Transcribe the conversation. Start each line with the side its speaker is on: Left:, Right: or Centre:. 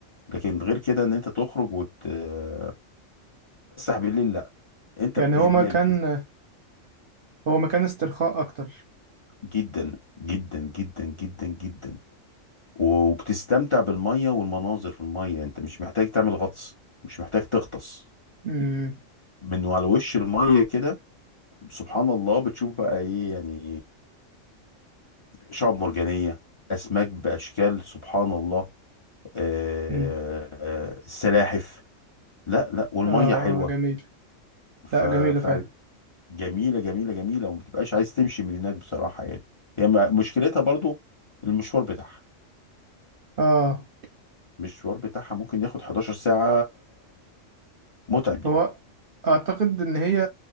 Left: لكن غير كده ان انت تخرج وتتفسح بالليل لا انت
Right: يعني
Left: ب-
Right: هو
Left: هناك
Right: مكان هو مكان استرخاء أكتر
Left: جدا جدا جدا جدا جدا وبتستمتع بالمية والمناظر في المية انت مش محتاج تعمل غطس مش محتاج تغطس
Right: مم.
Left: من على وش المية كده سبحان الله بتشوف بقى ايه يعني شعب مرجانية اسماك باشكال سبحان الله آه،
Right: مم.
Left: آه، السلاحف لا لا والمية
Right: آه
Left: حلوة
Right: آه جميل
Left: ف
Right: لا جميلة فعلا
Left: فجميلة جميلة جميلة وما بتبقاش عايز تمشي من هناك بصراحة يعني هي م- مشكلتها برضو المشوار بتاعها
Right: آه
Left: المشوار بتاعها ممكن ياخد 11 ساعة متعب
Right: هو
Left: يعني
Right: أعتقد إن هي